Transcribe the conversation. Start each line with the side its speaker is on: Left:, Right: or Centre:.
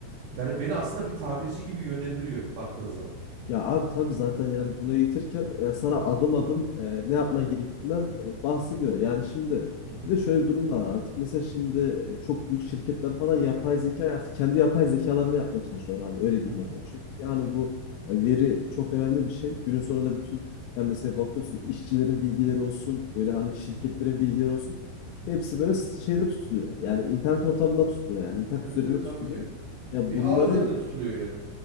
Right: Yani beni aslında bir tamirci gibi yönlendiriyor baktığın zaman.
Left: Ya abi tabii zaten yani bunu eğitirken ya sana adım adım e, ne yapman
Right: Hı hı,
Left: gerektiğinden e, bahsediyor. Yani şimdi
Right: hı hı,
Left: bir de şöyle bir durum da var. Artık mesela şimdi e, çok büyük şirketler falan yapay zeka artık kendi yapay zekalarını yapmaya çalışıyorlar abi. Öyle diyeyim
Right: hı hı,
Left: mesela. Çünkü yani bu e, veri çok önemli bir şey. Günün sonunda bütün yani mesela bakıyorsun işçilerin bilgileri olsun, böyle hani şirketlerin
Right: hı hı.
Left: bilgileri olsun. Hepsi böyle şeyde tutuluyor. Yani internet ortamında tutuluyor yani internet
Right: Evet
Left: üzerinde
Right: evet tabii
Left: tutuluyor.
Right: ki.
Left: Ya
Right: Bir
Left: bunların
Right: ağ üzerinde tutuluyor yani.